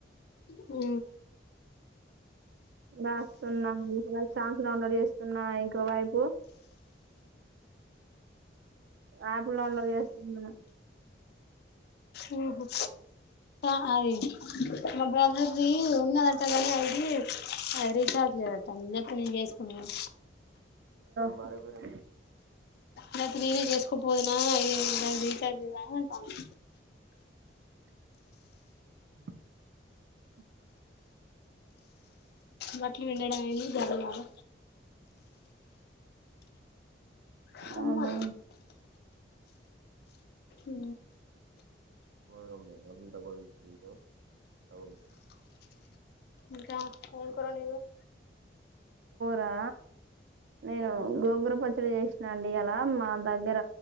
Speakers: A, on the left (about 60°); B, on the right (about 65°).
A: ఉ
B: రాస్తున్నాను సంవత్సరం లో చేస్తున్నా ఇంకో వైపు యాప్ లోన్ లో చేస్తున్నా
A: ఉ ఉ అ మాబ రీ చిన్న దంటగాని యిది అది రీఛార్జ్ లేదంట ఇంగెప్పు నేను చేసుకుందును
B: వారెవరె
A: లేతే నేనే చేసుకోపోదునా ఎ దానికి రీచార్జ్ లేదా అంటాంది
B: మ్
A: బట్లు విండేయడం అయింది లదీ గాదా హ
B: అవునా
A: మ్మా ఉ
B: పోదాం లే మ అ బల్ జీ ల్
A: ఇంకా ఏం కూర వండి నవ్
B: నా నేను గోంగూర పచ్చడి చేసినా అండి ఇయాలా మా దగ్గర